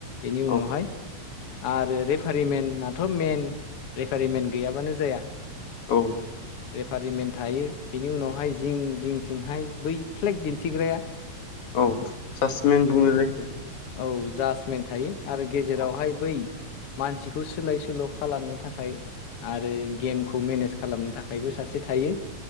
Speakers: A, on the left; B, on the left.
A: बेनि
B: औ
A: उनावहाय आरो रेफारिमेननाथ' मेइन रेफारिमेन गैयाबानो जाया।
B: औ।
A: रेफारिमेन थायो बिनि उनावहाय जिं जिं थिंहाय बै फ्लेग दिन्थिग्राया।
B: औ सासमेन
A: बे
B: बुङो जायखौ
A: औ जासमेन थायो आरो गेजेरावहाय
B: औ
A: बै। मानसिखौ सोलाय सोल' खालामनो थाखाय आरो गेमखौ मेनेज खालामनो थाखायबो सासे थायो।